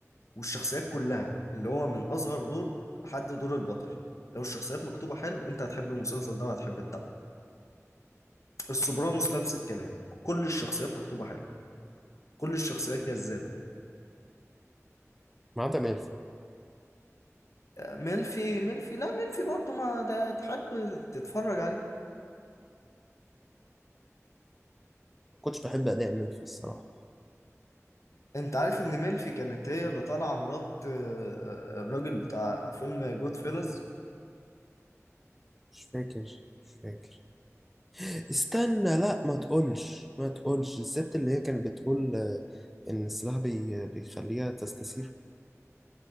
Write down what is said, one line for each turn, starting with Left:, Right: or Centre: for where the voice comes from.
Left: والشخصيات كلها اللي هو من اصغر دور لحد دور البطل لو الشخصيات مكتوبه حلو انت هتحب المسلسل ده وهتحب تتابعه السوبرانوس نفس الكلام كل الشخصيات مكتوبه حلو كل الشخصيات جذابه
Centre: ما عدا ميلفي
Left: آه، ميلفي ميلفي لا ميلفي برضو ما ده تحب تتفرج عليه
Centre: ما كنتش بحب أداء ميلفي الصراحة
Left: انت عارف ان ميلفي كانت هي اللي طالعه مرات آه، آه، الراجل بتاع فيلم جود فيلز
Centre: مش فاكر مش فاكر استنى لأ ما تقولش ما تقولش الست اللي هي كانت بتقول آه، إن السلاح بي... بيخليها تستثير